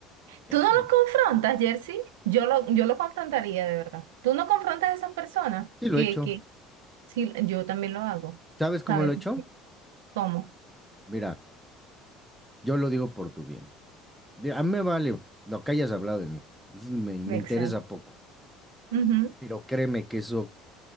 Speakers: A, in the centre; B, on the right.
A: déjalo.
B: ¿Tú no los confrontas, Jersey? Yo lo, yo lo confrontaría de verdad. ¿Tú no confrontas a esas personas?
A: Sí lo
B: Que,
A: he hecho.
B: que, sí, yo también lo hago.
A: ¿Sabes cómo
B: ¿Sabes?
A: lo he hecho?
B: ¿Cómo?
A: Mira, yo lo digo por tu bien. De- A mí me vale lo que hayas hablado de mí. Eso Me, me interesa
B: Exacto.
A: poco.
B: Ujú,
A: Pero créeme que eso